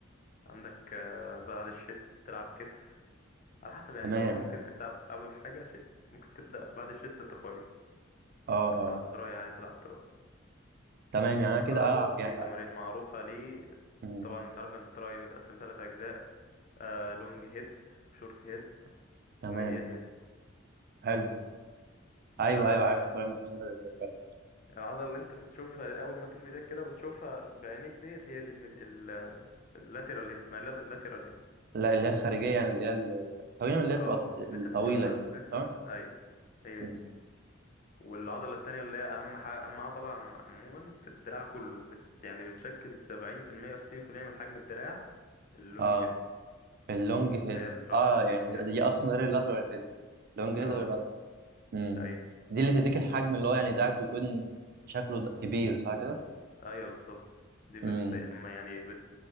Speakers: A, on the left; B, on the right.
A: عندك آه، بعد الشيست تلعب كتف على حسب يعني
B: تمام
A: انت برضه ممكن انت قبل حاجه شيست ممكن تبدا بعد الشيست تراي
B: اه
A: عايز
B: اه
A: تلعب تراي عادي تلعب تراي
B: تمام يعني انا كده
A: التراي
B: العب
A: برضه
B: يعني
A: فيه تمارين
B: آه،
A: معروفة ليه
B: مم،
A: طبعا انت عارف ان التراي متقسم ثلاث اجزاء آه لونج هيد وشورت هيد
B: تمام
A: وميديال هيد
B: حلو ايوه
A: آه
B: ايوه عارف الطريقه المتسابقه ازاي فعلا
A: العضلة اللي انت بتشوفها اول ما تفرد ايدك كده وتشوفها بعينيك ديت هي دي الميد... ال... اللاترال هيد اسمها اللاترال هيد
B: لا اللي هي الخارجيه يعني اللي هي ال- تقريبا اللي هي
A: اه
B: بتبقى الطويله
A: اللي انت بتشوفها
B: يعني
A: اللي انت
B: صح؟
A: ايوه هي
B: مم.
A: دي والعضلة التانية اللي هي اهم حاجة اهم عضلة عم... عموما في الدراع كله بت... يعني بتشكل سبعين في المية وستين في المية من حجم الدراع اللونج
B: اه
A: هيد
B: اللونج هيد
A: اللي هي الترايسب
B: اه يعني
A: لونج هيد
B: دي اصلا غير اللاترال هيد لونج هيد
A: اه
B: غير اللاترال امم
A: ايوه
B: دي اللي تديك الحجم
A: لونج
B: اللي هو يعني ده بيكون شكله د- كبير صح كده؟
A: ايوه بالظبط دي بت
B: امم
A: ما يعني بت